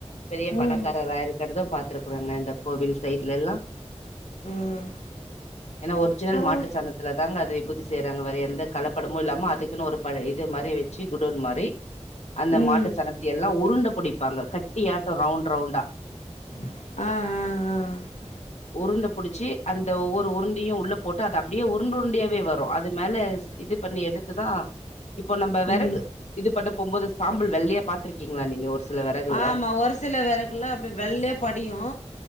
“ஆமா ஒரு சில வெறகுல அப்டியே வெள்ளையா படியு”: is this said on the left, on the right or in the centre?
Left